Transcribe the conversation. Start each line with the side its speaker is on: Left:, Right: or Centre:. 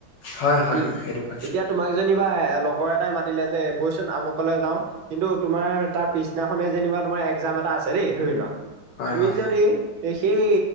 Left: হয় হয়
Right: উম
Left: সেইটো হয়
Right: তেতিয়া তোমাক যেনিবা লগৰ এটাই মাতিলে যে বইচোন আমুকলে যাওঁ কিন্তু তোমাৰ তাৰ পিছদিনাখনে যেনিবা তোমাৰ একজাম এটা আছে দেই দেই ধৰি লোৱা
Left: হয়
Right: তুমি
Left: হয়
Right: যদি সেই